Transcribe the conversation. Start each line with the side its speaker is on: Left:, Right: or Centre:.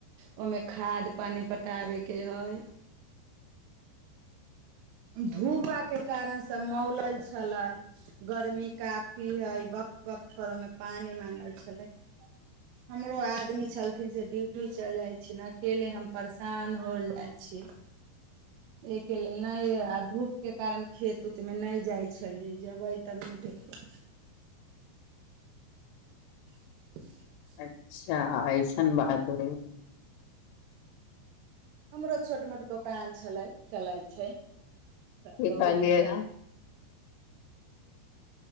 Right: ओहिमे खाद पानी पटाबे के हे धूपा के कारण सब मौल छल गर्मी काफी है वक्त वक्त परोमे पानी मांगल छले हमरो आदमी छलथििन से ड्यूटी चल जाइ छै अकेले हम परेशान होल जाय छिय एहि के लेल नहि आ धूप के कारण खेत उत मे नहि जाइ छललियै जेबै तब ने देखबै ह
Left: अच्छा ऐसन महत्व
Right: हमरो छोट मोट दोकान छलै चलै छै बहुत
Left: क कहलियै रह